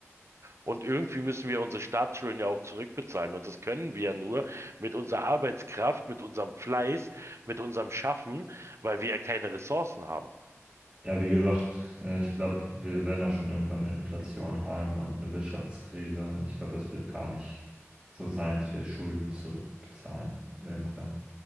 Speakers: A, on the right; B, on the right.
A: Und irgendwie müssen wir unsere Staatsschulden ja auch zurückbezahlen. Und das können wir ja nur mit unserer Arbeitskraft, mit unserem Fleiß, mit unserem Schaffen, weil wir ja keine Ressourcen haben.
B: Ja, wie gesagt, äh, ich glaube, wir werden da schon irgendwann eine Inflation haben und eine Wirtschaftskrise. Und ich glaube, es wird gar nicht so sein, dass wir Schulden zurückbezahlen irgendwann.